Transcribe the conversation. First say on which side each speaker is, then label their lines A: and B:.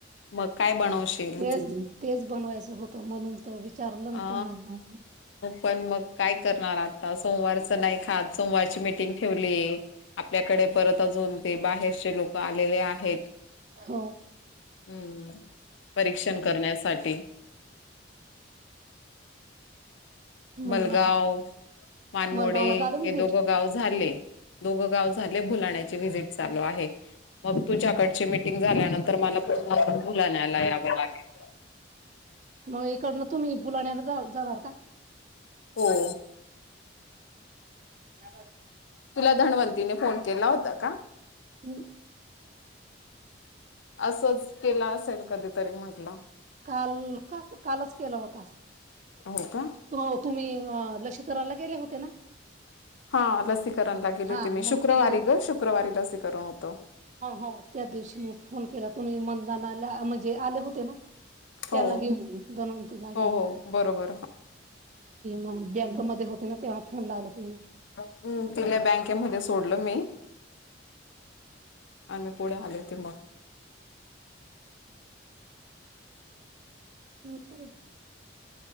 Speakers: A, on the left; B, on the right.
A: मग काय बनवशील?
B: तेच तेच बनवायचं होतं म्हणून तर विचारलं
A: अ
B: ना तुम्हाला
A: पण मग काय करणार आता सोमवारचं नाही खात सोमवारची मिटिंग ठेवली य आपल्याकडे परत अजून ते बाहेरचे लोक आलेले आहेत.
B: हो
A: हम्म परीक्षण करण्यासाठी. <unintelligible> हम.
B: मग
A: मलगाव
B: आता
A: मानमोडे
B: मलगावला झालं विजिट
A: हे दोघं गाव झाले दोघं गाव भुलाण्याचे वजिट चालू आहे. मग तुझ्याकडची मिटिंग झाल्यानंतर मला पुन्हा बुलायला यावं लागेल
B: मग इकडन तुम्ही बुलाण्याला जावा जाणार का
A: हो
B: या
A: तुला धनवंतीने फोन केला होता का
B: हम्
A: असंच केला असेल कधीतरी मग तुला
B: काल का कालच केला होता
A: हो का
B: तो तुम्ही हं लशी करायला गेले होते ना
A: हा लसीकरणला गेलेते,
B: हा
A: मी
B: मग
A: शुक्रवारी
B: ती
A: गं शुक्रवारी लसीकरण होतं
B: हो हो त्या दिवशीच फोन केला, तुम्ही मदाना आल्या म्हणजे आले होते ना
A: हो,
B: त्यांना घेऊन दोन तुला घेऊन
A: हो, हो, बरोबर.
B: मग बँकमध्ये होते ना तेव्हा फोन लावला तिने
A: हम् तिला बँकेमध्ये सोडलो मी आणि मी पुढे आले होते मग
B: हो तेच